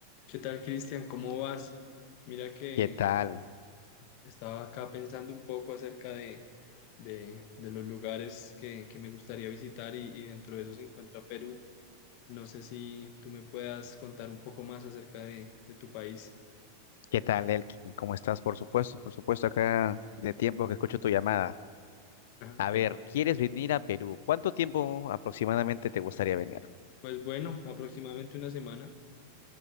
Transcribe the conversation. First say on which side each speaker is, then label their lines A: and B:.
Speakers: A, on the left; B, on the left.
A: ¿Qué tal, Cristian? ¿Cómo vas? Mira que
B: ¿Qué tal?
A: estaba acá pensando un poco acerca de, de- de los lugares que, que me gustaría visitar y, y dentro de eso se encuentra Perú. No sé si tú me puedas contar un poco más acerca de, de tu país.
B: ¿Qué tal, Elkin? ¿Cómo estás? Por supuesto, por supuesto, acá de tiempo que escucho tu llamada. A
A: Apenas.
B: ver, ¿quieres venir a Perú? ¿Cuánto tiempo aproximadamente te gustaría venir?
A: Pues bueno, aproximadamente una semana.